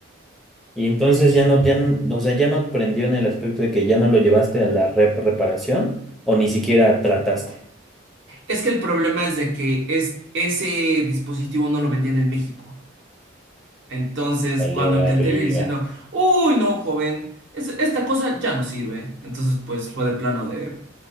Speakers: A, in the centre; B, on the right.
A: Y entonces ya no, ya, n- o sea, ya no prendió en el aspecto de que ya no lo llevaste a la rep reparación o ni siquiera trataste.
B: Es que el problema es de que es, ese dispositivo no lo vendían en México. Entonces,
A: Salió
B: cuando intenté
A: arriba.
B: ir diciendo, uy, no, joven, es- esta cosa ya no sirve. Entonces, pues fue de plano de,